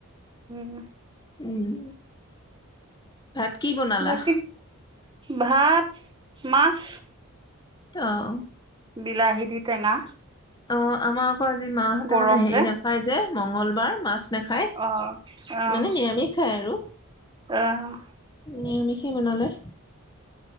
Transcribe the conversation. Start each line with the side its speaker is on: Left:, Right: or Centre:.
Right: <inaudible>
Left: উম! ভাত কি বনালা?
Right: বাকী ভাত, মাছ
Left: অহ
Right: বিলাহি দি টেঙা
Left: অ' আমাৰ আজি মাহঁতে
Right: গৰম
Left: মানে হেৰি
Right: যে
Left: নাপায় যে মংগলবাৰ মাছ নাখায়
Right: অ আহ
Left: মানে নিৰামিষ খায় আৰু
Right: আহ
Left: নিৰামিষ কি বনালে?